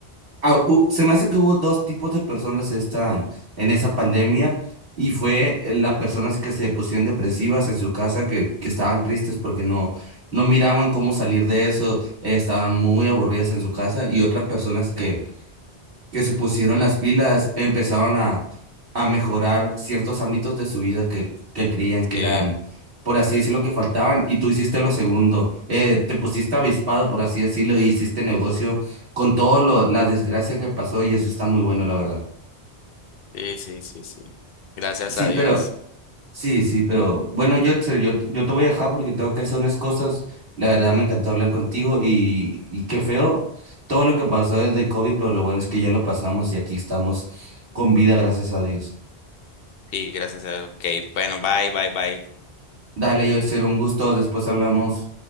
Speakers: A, on the right; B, on the left.
A: Ah, hu- se me hace que hubo dos tipos de personas esta, en esa pandemia y fue eh, las personas que se pusieron depresivas en su casa, que, que estaban tristes porque no, no miraban cómo salir de eso, eh, estaban muy aburridas en su casa y otras personas que que se pusieron las pilas, empezaron a, a mejorar ciertos ámbitos de su vida que, que creían que
B: Sí,
A: eran, por así decirlo, que faltaban, y tú hiciste lo segundo, eh, te pusiste avispado, por así decirlo, y hiciste negocio con todo lo, la desgracia que pasó, y eso está muy bueno, la verdad.
B: sí, sí, sí, sí. Gracias
A: Sí,
B: a Dios.
A: pero, sí, sí, pero, bueno, yo, yo, yo te voy a dejar porque tengo que hacer unas cosas, la verdad me encantó hablar contigo, y, y qué feo todo lo que pasó desde el COVID, pero lo bueno es que ya lo pasamos y aquí estamos con vida, gracias a Dios.
B: Sí, gracias a Dios. Ok, bueno, bye, bye, bye.
A: Dale, Yerser, un gusto. Después hablamos.